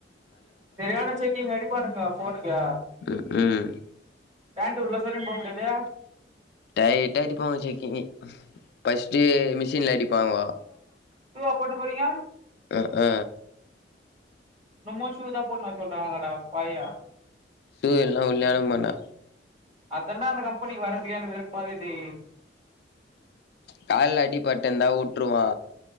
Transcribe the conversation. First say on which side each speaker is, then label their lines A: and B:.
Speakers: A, on the right (about 40°); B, on the left (about 60°).
A: சரியான செக்கிங் அடிப்பானுக ஃபோனுக்கு
B: ம் ம்
A: பேண்டு உள்ள சொறுவின்போ முடியாது
B: டைட்டாடிப்பாங்க செக்கிங்கு ஃபர்ஸ்ட்டு மிஷின்ல அடிப்பாங்கோ
A: ஷூ வா போட்ணு போறிங்க
B: அ ஆ
A: இன்னமு ஷூ தா போட்னு வர சொல்றாங்கடா பாயிக
B: சூ இல்னா உள்ளயே உட மான்டா
A: அதெல்லா அந்தப்கம்பெனிக் வர்றதுக்கே எனக் வெருப்பாகுதே
B: கால்ல அடி பட்டுந்தா வுட்டுருவா